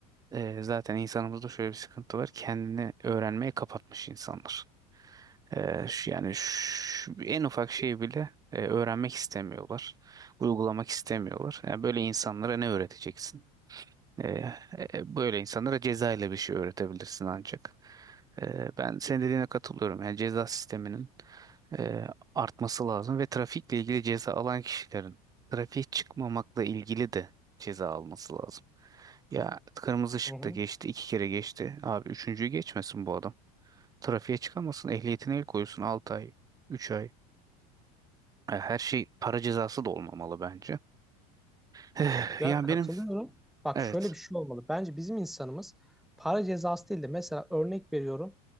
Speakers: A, on the right; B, in the centre.
A: eee, zaten insanımızda şöyle bir sıkıntı var. Kendini öğrenmeye kapatmış insanlar. Eee, şu- yani şu- en ufak şeyi bile eee, öğrenmek istemiyorlar. Uygulamak istemiyorlar. Yani böyle insanlara ne öğreteceksin? E, e, böyle insanlara ceza ile bir şey öğretebilirsin ancak. E, ben senin dediğine katılıyorum. Yani ceza sisteminin e, artması lazım ve trafikle ilgili ceza alan kişilerin trafiğe çıkmamakla ilgili de ceza alması lazım. Ya kırmızı ışıkta
B: Hı hı.
A: geçti, iki kere geçti. Abi üçüncüyü geçmesin bu adam. Trafiğe çıkamasın, ehliyetine el koysun 6 ay, 3 ay. E, Her şey para cezası da olmamalı bence. Eh,
B: Ya
A: Yani
B: katılıyorum.
A: benim
B: Bak
A: evet.
B: şöyle bir şey olmalı. Bence bizim insanımız para cezası değil de mesela örnek veriyorum.